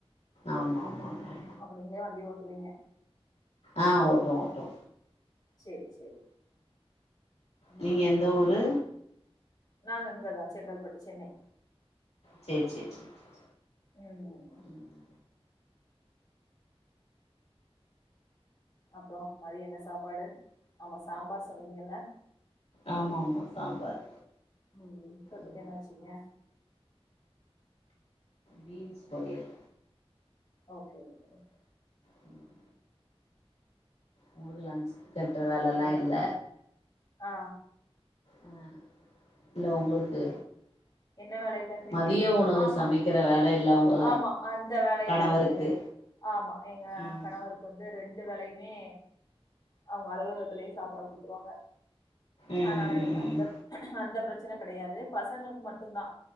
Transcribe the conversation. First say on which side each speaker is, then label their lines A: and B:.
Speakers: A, on the left; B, on the left.
A: ஆமா ஆமா ஆமா
B: அப்ப நீங்களே வண்டி ஓட்டுவீங்க
A: ஆ ஓட்டுவோ ஓட்டுவோ
B: சேரி சேரி ம்
A: நீங்க எந்த ஊரு
B: நாங்க அங்கதா செங்கல்பட்டு சென்னை
A: சேரி சேரி சேரி சேரி
B: ம்
A: ம்
B: அப்பறோ மதிய என்ன சாப்பாடு ஆமா சாம்பார் சொன்னீங்கல்ல
A: ஆமா ஆமா சாம்பார்
B: ம் தொட்டுக்க
A: ம்
B: என்ன வச்சிங்க
A: பீன்ஸ் பொரியல்
B: ஓகே ஓகே ஓகே
A: ம் ஹும் உங்களுக்கு லன்ஞ்ச் கட்டுற வேலல்லா
B: வேற
A: இல்ல
B: ஆ
A: அ இல்ல உங்களுக்கு
B: எ என்ன வேல இல்லன்றீங்க
A: மதிய உணவு
B: ஆமா
A: சமைக்கிற வேல இல்ல உங்க
B: ஆமா அந்த வேல
A: கணவருக்கு
B: இல்ல இல்ல இல்ல ஆமா எங்க
A: ம்
B: கணவருக்கு வந்து ரெண்டு வேலையுமே அவுங்க அலுவலகத்திலேயே சாப்பாடு குடுத்துருவாங்க
A: ம்
B: அதுனால
A: ம்
B: எனக்கு
A: ம்
B: அந்த அந்த பிரெச்சன கெடையாது பசங்களுக்கு மட்டு தா